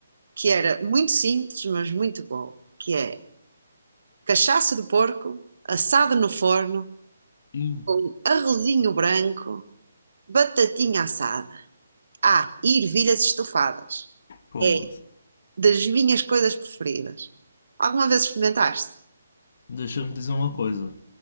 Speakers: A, on the right (about 70°); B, on the left (about 50°).
A: que era muito simples, mas muito boa, que é cachaça de porco assado no forno
B: ih,
A: com arrozinho branco, batatinha assada. Ah, e ervilhas estufadas.
B: pô,
A: É das minhas coisas preferidas. Alguma vez experimentaste?
B: deixa-me dizer uma coisa.